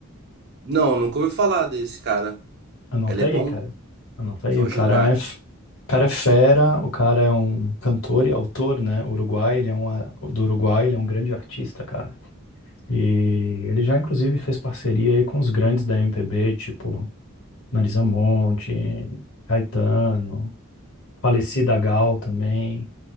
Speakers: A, on the right (about 55°); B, on the left (about 70°).
A: Não, nunca ouvi falar desse cara.
B: Anota
A: Ele é
B: aí,
A: bom?
B: cara. Anota
A: Jorge
B: aí. O cara
A: Drake.
B: é, f- o cara é fera, o cara é um cantor e autor, né? Uruguai, ele é um, a- do Uruguai, ele é um grande artista, cara. E ele já, inclusive, fez parceria aí com os grandes da MPB, tipo Marisa Monte, Caetano, falecida Gal também,